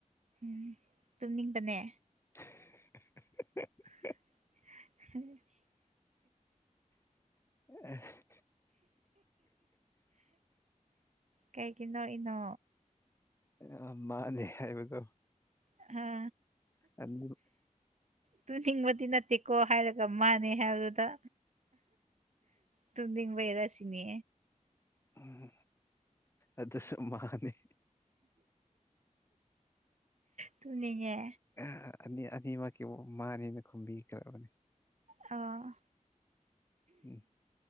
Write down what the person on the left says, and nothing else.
<unintelligible>
<unintelligible>
ꯑꯥ ꯃꯥꯅꯦ ꯍꯥꯏꯕꯗꯣ
ꯑꯅꯤ
ꯎꯝ ꯑꯗꯨꯁꯨ ꯃꯥꯅꯤ
ꯑꯥ ꯑꯅꯤ ꯑꯅꯤꯃꯛꯀꯤ ꯃꯥꯅꯤꯅ ꯈꯨꯝꯕꯤꯈ꯭ꯔꯕꯅꯤ
ꯎꯝ